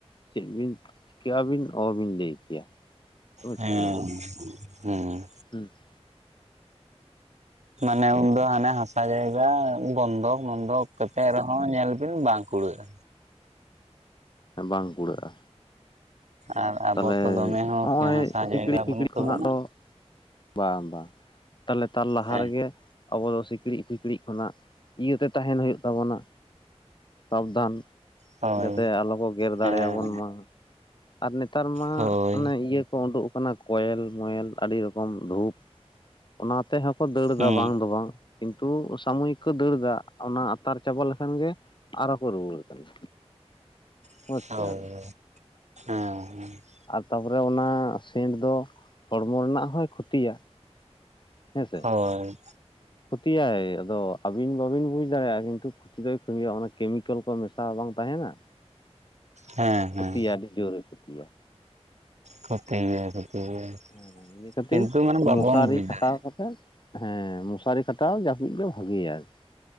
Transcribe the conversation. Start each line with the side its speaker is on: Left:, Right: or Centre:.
Left: ᱪᱮᱫ ᱵᱤᱱ ᱪᱤᱠᱟᱹᱜ ᱟᱵᱤᱱ ᱚᱦᱚᱵᱤᱱ ᱞᱟᱹᱭ ᱠᱮᱭᱟ᱾ ᱛᱚᱵᱮ
Right: ᱦᱮᱸ
Left: ᱪᱤᱠᱟᱹᱭᱟᱵᱤᱱ
Right: ᱦᱮᱸ
Left: ᱦᱩᱸ <inaudible>
Right: ᱢᱟᱱᱮ ᱩᱱᱫᱚ ᱦᱟᱱᱮ ᱦᱟᱥᱟ ᱡᱟᱭᱜᱟ ᱵᱚᱱᱫᱚᱠ, ᱢᱚᱱᱫᱚᱠ ᱠᱟᱛᱮᱜ ᱨᱮᱦᱚᱸ ᱧᱮᱞ ᱵᱤᱱ ᱵᱟᱝ ᱠᱩᱲᱟᱹᱜᱼᱟ᱾
Left: ᱵᱟᱝ ᱠᱩᱲᱟᱹᱜᱼᱟ
Right: ᱟᱨ ᱟᱵᱚ
Left: ᱛᱟᱦᱞᱮ
Right: ᱛᱚ ᱫᱚᱢᱮ ᱦᱚᱸ
Left: ᱦᱚᱸᱜᱼᱚᱭ
Right: ᱦᱟᱥᱟ
Left: ᱥᱤᱠᱲᱤ
Right: ᱡᱟᱭᱜᱟ ᱵᱟᱹᱱᱩᱜ
Left: ᱠᱷᱚᱱᱟᱜ
Right: ᱛᱟᱵᱚᱱᱟ
Left: ᱫᱚ ᱵᱟᱝ ᱵᱟᱝ ᱛᱟᱞᱦᱮ ᱛᱟᱨ ᱞᱟᱦᱟ
Right: ᱦᱮᱸ
Left: ᱨᱮᱜᱮ ᱟᱵᱚ ᱫᱚ ᱥᱤᱠᱢᱤᱡ ᱯᱷᱠᱲᱤᱡ ᱠᱷᱚᱱᱟᱜ ᱤᱭᱟᱹᱛᱮ ᱛᱟᱦᱮᱱ ᱦᱩᱭᱩᱜ ᱛᱟᱵᱚᱱᱟ᱾ ᱥᱟᱵᱫᱷᱟᱱ
Right: ᱦᱳᱭ
Left: ᱡᱟᱛᱮ ᱟᱞᱚ ᱠᱚ ᱜᱮᱨ ᱫᱟᱲᱮᱭᱟᱵᱚᱱ
Right: ᱦᱮᱸ
Left: ᱢᱟ, ᱟᱨ ᱱᱮᱛᱟᱨ ᱢᱟ
Right: ᱦᱳᱭ
Left: ᱚᱱᱮ ᱤᱭᱟᱹ ᱠᱚ ᱩᱰᱩᱝ ᱟᱠᱟᱱᱟ ᱠᱚᱭᱮᱞ ᱢᱚᱭᱮᱞ ᱟᱹᱰᱤ ᱨᱚᱠᱚᱢ ᱨᱩᱯ ᱚᱱᱟ ᱛᱮᱦᱚᱸᱠᱚ ᱫᱟᱹᱲᱫᱟ
Right: ᱦᱮᱸ
Left: ᱵᱟᱝ ᱫᱚ ᱵᱟᱝ᱾ ᱠᱤᱱᱛᱩ ᱥᱟᱢᱚᱭᱤᱠ ᱠᱚ ᱫᱟᱹᱲ ᱫᱟ ᱚᱱᱟ ᱟᱛᱟᱨ ᱪᱟᱵᱟ ᱞᱮᱠᱷᱟᱱ ᱜᱮ ᱟᱨᱚ ᱠᱚ ᱨᱩᱣᱟᱹᱲ ᱠᱟᱱᱟ᱾ <unintelligible>
Right: ᱦᱳᱭ
Left: ᱠᱮᱫᱟᱵᱤᱱ
Right: ᱦᱳᱭ, ᱦᱮᱸ ᱦᱮᱸ
Left: ᱟᱨ ᱛᱟᱯᱚᱨᱮ ᱚᱱᱟ ᱥᱮᱱᱴ ᱫᱚ ᱦᱚᱲᱢᱚ ᱨᱮᱱᱟᱜ ᱦᱚᱸᱭ ᱠᱷᱩᱛᱤᱭᱟ ᱦᱮᱸ
Right: ᱦᱳᱭ
Left: ᱠᱩᱛᱤᱭᱟᱭ ᱟᱫᱚ ᱟᱹᱵᱤᱱ ᱵᱟᱹᱵᱤᱱ ᱵᱩᱡᱽ ᱫᱟᱲᱮᱭᱟᱜᱼᱟ ᱠᱤᱱᱛᱩ ᱠᱷᱩᱛ ᱫᱚᱭ ᱠᱷᱟᱛᱤᱭᱟ ᱚᱱᱟ ᱠᱮᱢᱤᱠᱮᱞ ᱠᱚ ᱢᱮᱥᱟ ᱨᱮ ᱵᱟᱝ ᱛᱟᱦᱮᱱᱟ
Right: ᱦᱮᱸ ᱦᱮᱸ
Left: ᱠᱷᱚᱛᱤᱭᱟ ᱟᱹᱰᱤ ᱡᱳᱨᱮ ᱮ ᱠᱷᱚᱛᱤᱭᱟ
Right: ᱠᱚᱷᱛᱢ ᱜᱮᱭᱟ ᱠᱷᱩᱛᱤ ᱜᱮᱭᱟ
Left: ᱦᱮᱸ ᱤᱱᱟᱹ ᱠᱷᱟᱹᱛᱤᱨ
Right: ᱠᱤᱱᱛᱩ ᱢᱟᱱᱮ ᱵᱟᱵᱚᱱ
Left: ᱢᱚᱥᱟᱨᱤ
Right: ᱵᱩᱡᱽ
Left: ᱠᱷᱟᱴᱟᱣ
Right: ᱫᱟᱲᱮᱭᱟᱜᱼᱟ
Left: ᱠᱟᱛᱮᱜ ᱦᱮᱸ ᱢᱚᱥᱟᱨᱤ ᱠᱷᱟᱴᱟᱣ ᱡᱟᱹᱯᱤᱫ ᱜᱮ ᱵᱷᱟᱜᱮᱭᱟ ᱟᱨᱠᱤ